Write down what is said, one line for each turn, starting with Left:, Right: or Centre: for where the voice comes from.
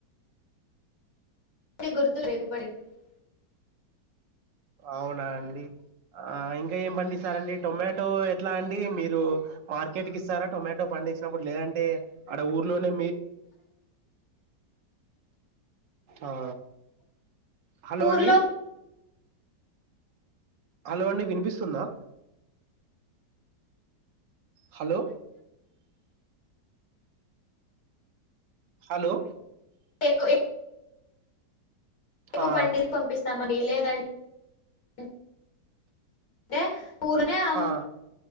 Left: గుర్తు రేగుపడి ఎట్లుంటు
Right: అవునా అండి ఆ ఇంకా ఏం పండిస్తారండి టొమాటో ఎట్లా అండి మీరు మార్కెట్ కి ఇస్తారా టొమాటో ప పండిచ్చినపుడు లేదంటే ఆడా ఊర్లోనే మీ ఆ హలో
Left: ఊర్లో
Right: అండి హలో అండి వినిపిస్తుందా హలో హలో
Left: ఎక్కు ఎ ఎకు
Right: ఆ
Left: <unintelligible> పండి పంపిస్తామండి లేదండే ఊలనే అమ్
Right: ఆ